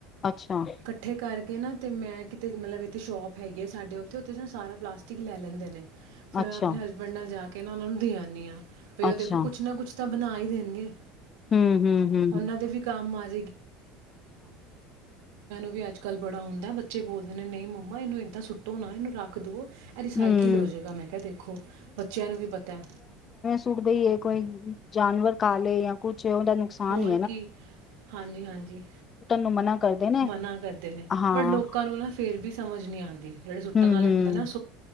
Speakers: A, on the left; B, on the right.
A: ਅੱਛਾ
B: ਇਕੱਠੇ ਕਰ ਓਹਨਾ ਤੇ ਮੈਂ ਕੀਤੇ ਮਤਲਬ ਇੱਥੇ ਸ਼ੋਪ ਹੈ ਗਈ ਆ ਸਾਡੇ ਉੱਥੇ ਉੱਥੇ ਨਾ ਸਾਰਾ ਪਲਾਸਟਿਕ ਲੈ ਲੈਂਦੇ ਨੇ ਫੇਰ
A: ਅੱਛਾ
B: ਮੈਂ ਆਪਣੇ ਹਸਬੈਂਡ ਨਾਲ ਜਾਕੇ ਇਹਨਾ ਨੂੰ ਦੇ ਆਂਨੀ ਆ <unintelligible>
A: ਅੱਛਾ
B: ਦੇਖੋ ਕੁਛ ਨਾ ਕੁਛ ਤਾਂ ਬਣਾ ਹੀ ਦੇਣਗੇ
A: ਹੂੰ ਹੂੰ ਹੂੰ
B: ਉਹਨਾਂ
A: ਹੂੰ
B: ਦੇ ਵੀ <unintelligible> <unintelligible> ਨੂੰ ਵੀ ਅੱਜ ਕੱਲ ਬੜਾ ਆਉਂਦਾ ਬੱਚੇ ਬੋਲਦੇ ਨੇ ਨਹੀਂ ਮਮਾ ਇਹਨੂੰ ਇਦਾਂ ਸੁੱਟੋ ਨਾ ਇਹਨੂੰ ਰੱਖ ਦੋ ਰਿਸਾਈਕਲ
A: ਹੂੰ
B: ਹੋ ਜਾਏਗਾ ਮੈਂ ਕਿਹਾ ਦੇਖੋ ਬੱਚਿਆਂ ਨੂੰ ਵੀ ਪਤਾ
A: ਟੁੱਟ ਗਈ ਹ ਕੋਈ ਜਾਨਵਰ ਕਾਲੇ ਜਾਂ ਕੋਈ ਦਾ ਨੁਕਸਾਨ
B: ਹੋਰ ਕੀ ਹਾਂਜੀ ਹਾਂਜੀ
A: ਨੂੰ ਮਨਾ ਨੇ
B: ਮਨਾ ਕਰਦੇ ਨੇ
A: ਹਾਂ
B: ਪਰ ਲੋਕਾਂ ਨੂੰ ਨਾ ਫਿਰ ਵੀ ਸਮਝ ਨਹੀਂ ਆਉਂਦੀ ਜਿਹੜੇ ਸੁੱਤਾ
A: ਹੂੰ
B: ਵਾਲੇ
A: ਹੂੰ
B: ਹੁੰਦੇ ਨਾ